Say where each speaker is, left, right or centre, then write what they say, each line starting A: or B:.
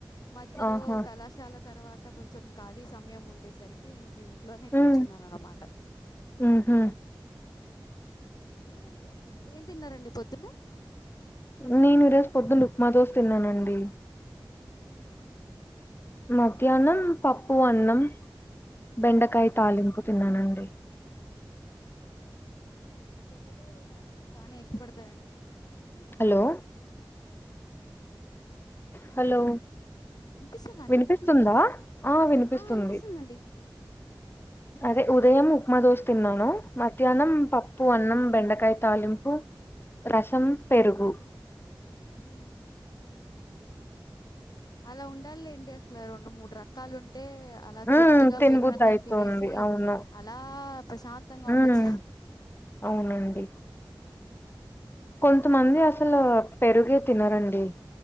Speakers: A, on the left; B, on the left.
A: మధ్యలో
B: ఆహా
A: కళాశాల తర్వాత కొంచెం ఖాళీ సమయం ఉండేసరికి ఇంకా ఇ ఇట్లో నీ
B: హ్మ్
A: కూర్చున్నాను అన్నమాట
B: ఊహూ
A: మీనండి ఏం తిన్నారండి పొద్దున్నే
B: నేను రోజు పొద్దున్న ఉప్మాదోస తిన్నానండి
A: హమ్
B: మధ్యాహనం పప్పు అన్నం బెండకాయ
A: మ్మ్ మ్మ్ మ్మ్
B: తాలింపు తిన్నానండి
A: బెండకాయ బాగానే బాగానే ఇష్టపడతారండి మీరు
B: హలో హలో
A: వినిపిస్తుందా అండి
B: వినిపిస్తుందా ఆ వినిపిస్తుంది
A: వినిపిస్తుందండి ఇప్పుడు
B: అదే ఉదయం ఉప్మా దోశ తిన్నాను మధ్యాహ్నం పప్పు అన్నం బెండకాయ తాలింపు రసం పెరుగు
A: ఉ అలా ఉండాలి ఏంటి అసలు రెండు మూడు రకాలుంట అంటే అలా తృప్తిగా
B: ఉమ్ తినబుద్ధి
A: పెరుగన్నం
B: అయితుంది
A: తినేసి
B: అవును
A: అలా ప్రశాంతంగా ఉండొచ్చు
B: ఉమ్ అవునండి కొంతమంది అసలు పెరుగే తినరండి